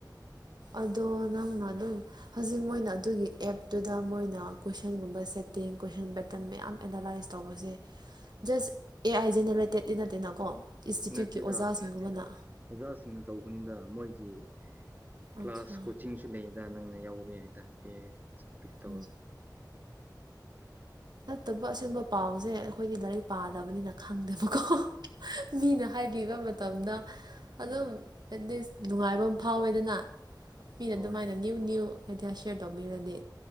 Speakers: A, on the right; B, on the right.
A: ꯑꯗꯣ ꯅꯪꯅ ꯑꯗꯨꯝ ꯍꯧꯖꯤꯛ ꯃꯣꯏꯅ ꯑꯗꯨꯒꯤ ꯑꯦꯞꯇꯨꯗ ꯃꯣꯏꯅ ꯀꯣꯏꯁꯟꯒꯨꯝꯕ ꯁꯦꯠꯇꯤꯡ ꯀꯣꯏꯁꯟ ꯄꯦꯇꯔꯟ ꯃꯌꯥꯝ ꯑꯦꯅꯥꯂꯥꯏꯁ ꯇꯧ ꯇꯧꯕꯖꯦ ꯖꯁ ꯑꯦ ꯑꯥꯏ ꯖꯦꯅꯦꯔꯦꯇꯦꯠꯀꯤ ꯅꯠꯇꯦꯅꯀꯣ ꯏꯟꯁꯇꯤꯇ꯭ꯌꯨꯠꯀꯤ
B: ꯅꯠꯇꯦꯗ
A: ꯑꯣꯖꯥꯁꯤꯡꯒꯨꯝꯕꯅ
B: ꯑꯣꯖꯥꯁꯤꯡꯅ ꯇꯧꯕꯅꯤꯗ ꯃꯣꯏꯒꯤ ꯀ꯭ꯂꯥꯁ
A: ꯑꯠꯆꯥ
B: ꯀꯣꯆꯤꯡꯁꯨ ꯂꯩꯗ ꯅꯪꯅ ꯌꯥꯎꯕ ꯌꯥꯏꯗ ꯄ ꯁꯀ꯭ꯔꯤꯞ ꯇꯧꯔꯒ
A: ꯎꯝ ꯅꯠꯇꯕ ꯑꯁꯤꯒꯨꯝꯕ ꯄꯥꯎꯁꯦ ꯑꯩꯈꯣꯏꯗꯤ ꯂꯥꯏꯔꯤꯛ ꯄꯥꯗꯕꯅꯤꯅ ꯈꯪꯗꯦꯕꯀꯣ ꯃꯤꯅ ꯍꯥꯏꯕꯤꯕ ꯃꯇꯝꯗ ꯑꯗꯨꯝ
B: ꯎꯝ
A: ꯑꯦꯠꯂꯤꯁ ꯅꯨꯡꯉꯥꯏꯕ ꯐꯥꯎꯋꯦꯗꯅ ꯃꯤꯅ
B: ꯍꯣꯏ
A: ꯑꯗꯨꯃꯥꯏꯅ ꯅꯤꯌꯨ ꯅꯤꯌꯨ ꯑꯥꯏꯗꯤꯌꯥ ꯁꯌꯔ ꯇꯧꯕꯤꯔꯗꯤ